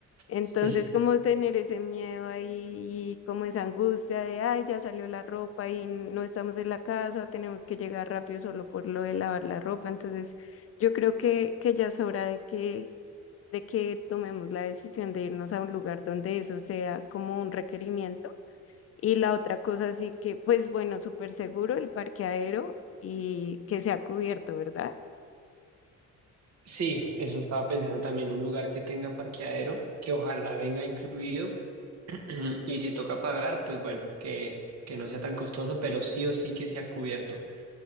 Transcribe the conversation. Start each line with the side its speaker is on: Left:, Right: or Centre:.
Left: entonces,
Right: Sí.
Left: como tener ese miedo ahí y como esa angustia de, ay, ya salió la ropa y no estamos en la casa, tenemos que llegar rápido solo por lo de lavar la ropa. Entonces, yo creo que, que ya es hora de que, de que tomemos la decisión de irnos a un lugar donde eso sea como un requerimiento. Y la otra cosa sí que, pues bueno, súper seguro el parqueadero y que sea cubierto, ¿verdad?
Right: Sí, eso estaba pensando también, un lugar que tenga parqueadero, que ojalá venga incluido <clears throat> y si toca pagar, pues bueno, que, que no sea tan costoso, pero sí o sí que sea cubierto.